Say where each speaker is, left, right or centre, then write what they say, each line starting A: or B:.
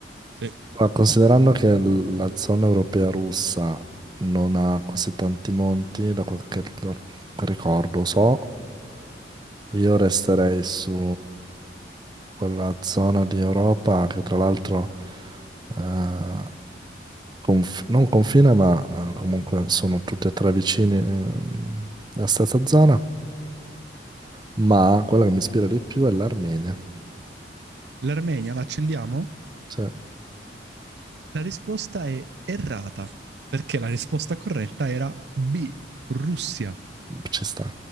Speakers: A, on the right; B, on the right.
A: Sì.
B: Ma considerando che l- la zona europea russa non ha così tanti monti, da quel che r- ricordo so, io resterei su quella zona di Europa che tra l'altro eh, conf- non confina, ma eh, comunque sono tutti e tre vicini eh, alla stessa zona, ma quella che mi ispira di più è l'Armenia.
A: L'Armenia la accendiamo?
B: Sì.
A: La risposta è errata, perché la risposta corretta era B. Russia.
B: Ci sta,